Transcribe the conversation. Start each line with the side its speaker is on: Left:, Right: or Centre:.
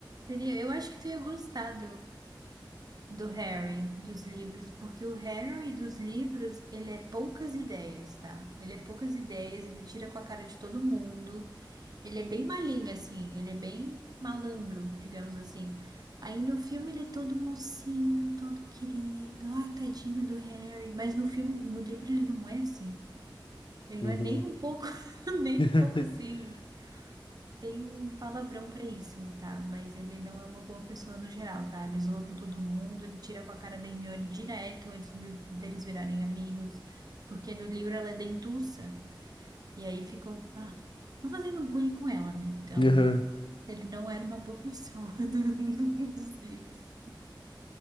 Right: seria, eu acho que tu ia gostar Do Harry, dos livros, porque o Harry dos livros, ele é poucas ideias, tá? Ele é poucas ideias, ele tira com a cara de todo mundo, ele é bem malinho, assim, ele é bem malandro, digamos assim. Aí no filme ele é todo mocinho, todo querido, ai, tadinho do Harry, mas no filme, no livro ele não é assim. Ele
Left: Uhum.
Right: não é nem um pouco, <laughs> nem
Left: <laughs>
Right: um pouco assim. Tem um palavrão pra isso, tá? Mas ele não é uma boa pessoa no geral, tá? Ele zoa com todo mundo, ele tira com a cara da Hermione direto antes deles, deles virarem amigos, porque no livro ela é dentuça, e aí ficam, ah, ficam fazendo bullying com ela, né? Então,
Left: Aham. <laughs>
Right: ele não era uma boa pessoa <laughs> do- do- dos livros.